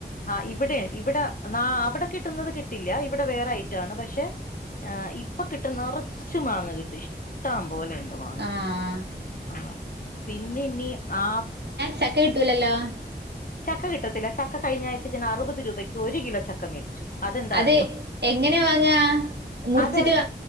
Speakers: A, on the left; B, on the right.
A: ആഹ് ഇവിടെ ഇവിടെ ന അവിടെ കിട്ടുന്നത് കിട്ടില്ല ഇവിടെ വേറെ ഐറ്റാണ് പക്ഷെ ആഹ് ഇപ്പൊ കിട്ട് നിറച്ച് മാങ്ങ കിട്ടയി ഇഷ്ടം പോലെുണ്ട് മാങ്ങാ
B: ആഹ്
A: ആ പിന്നെ ഇനി ആഹ്
B: ചക്കകിട്ടൂലല്ലോ
A: ചക്ക കിട്ടത്തില്ല ചക്ക കഴിഞ്ഞ ആഴ്ച ഞാൻ അറുപത് രൂപയ്ക്ക് ഒരു കിലോ ചക്ക മേടിച്ചു അതെന്താ
B: അതെ
A: അറിയോ
B: എങ്ങനെ വാങ്ങാ മുറിച്ചിട്ട്
A: അതവര്